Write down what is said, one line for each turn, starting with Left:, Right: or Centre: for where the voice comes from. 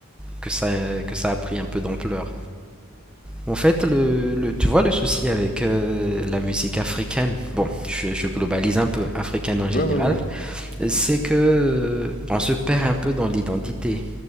Centre: que ça, que ça a pris un peu d'ampleur. En fait, le, le- tu vois le souci avec euh, la musique africaine, bon, je, je
Left: Mmh
Centre: globalise un peu, africaine en
Left: Ouais,
Centre: général,
Left: ouais, ouais. Mhm,
Centre: c'est que euh, on se perd un peu dans l'identité.